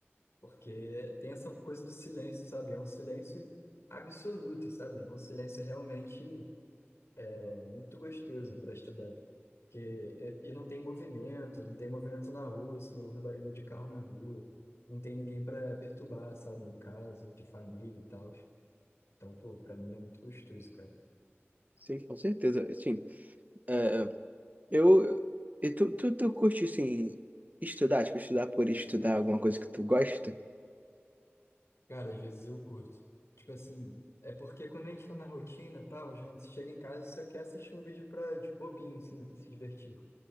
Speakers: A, on the left (about 80°); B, on the right (about 40°).
A: porque tem essa coisa do silêncio, sabe? É um silêncio absoluto, sabe? É um silêncio realmente é, muito gostoso para estudar. Porque e e não tem movimento, não tem movimento na rua, se não ouve barulho de carro na rua, não tem ninguém para perturbar, sabe? Em casa, de família e tal. Então, pô, para mim é muito gostoso, cara.
B: Sim, com certeza. Sim, é, eu, e tu, tu, tu curte, assim, estudar, tipo, estudar por estudar alguma coisa que tu gosta?
A: Cara, às vezes eu curto. Tipo assim, é porque quando a gente tá na rotina e tal, a gente chega em casa e só quer assistir um vídeo pra, de bobinho, assim, né, pra se divertir.